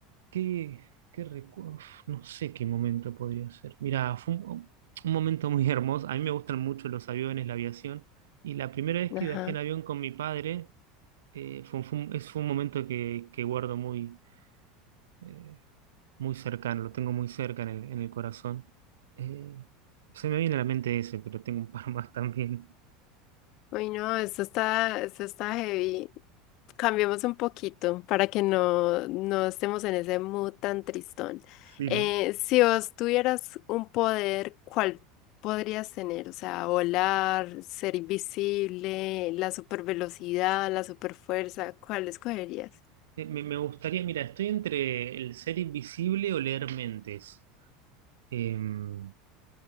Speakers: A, on the right; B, on the left.
A: ¿Qué, qué recu- uf, No sé qué momento podría ser. Mira, fue un, un momento muy hermoso. A mí me gustan mucho los aviones, la aviación. Y la primera vez que
B: ajá.
A: viajé en avión con mi padre, eh, fue, un, fue un- es- fue un momento que, que guardo muy, eh, muy cercano, lo tengo muy cerca en el, en el corazón. Eh, se me viene a la mente ese, pero tengo un par <laughs> más también.
B: Uy, no, esto está, esto está heavy. Cambiemos un poquito para que no, no estemos en ese mood tan tristón.
A: Sí,
B: Eh,
A: ¿no?
B: si vos tuvieras un poder, ¿cuál podrías tener? O sea, volar, ser invisible, la supervelocidad, la superfuerza, ¿cuál escogerías?
A: Eh, me, me gustaría, mira, estoy entre el ser invisible o leer mentes. Em,